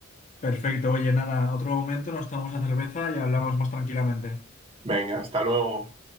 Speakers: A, on the left; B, on the right.
A: Perfecto, oye, nada, otro momento nos tomamos la cerveza y hablamos más tranquilamente.
B: Venga, hasta luego.